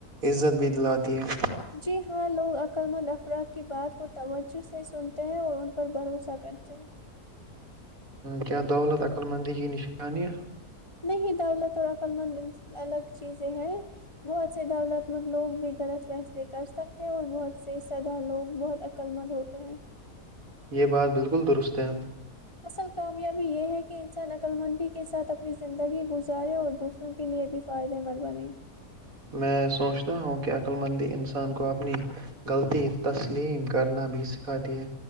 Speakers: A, on the right (about 65°); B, on the left (about 25°).
A: عزت بھی دلاتی ہے
B: جی ہاں لوگ عقل مند افراد کی بات کو توجہ سے سنتے ہیں اور ان پر بھروسہ کرتے ہیں
A: کیا دولت عقلمندیگ کی نشانہ
B: نہیں دولت اور عقل مند الگ چیزیں ہیں بہت سے دولت مند لوگ بھی غلط فیصلے کر سکتے ہیں اور بہت سے سدا لوگ بہت عقل مند ہوتے ہیں
A: یہ بات بالکل درست ہے
B: اصل کامیابی یہ ہے کہ انسان عقلمندی کے ساتھ اپنی زندگی گزارے اور دوسروں کےلئے بھی فائدہ مند بن
A: میں سوچتا ہوں کہ عقللمندی انسان کو اپنی غلطی تسلیم کرنا بھی سکھاتی ہے